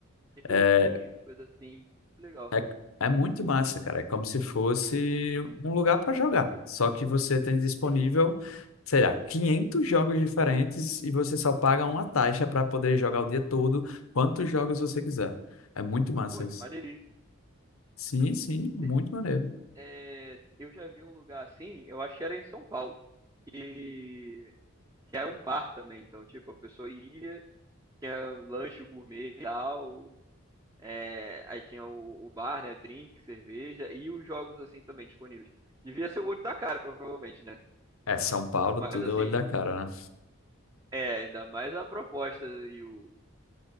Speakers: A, on the right; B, on the left.
A: eu já
B: é,
A: vi coisa assim, legal.
B: É, é muito massa, cara. É como se fosse um lugar para jogar. Só que você tem disponível,
A: Sim,
B: sei lá, 500 jogos diferentes e você só paga uma taxa para poder jogar o dia todo, quantos jogos você quiser. É muito massa
A: pô,
B: isso.
A: maneiríssimo.
B: Sim, sim, muito
A: Te-
B: maneiro.
A: É, eu já vi um lugar assim, eu acho que era em São Paulo. E que era um bar também. Então, tipo, a pessoa ia. tinha lanche gourmet e tal. É, aí tinha o, o bar, né? Drink, cerveja e os jogos assim também disponíveis. Devia ser o olho da cara, provavelmente, né?
B: É, São Paulo,
A: Mas
B: tudo
A: assim,
B: é olho da cara, né?
A: é, ainda mais a proposta e o,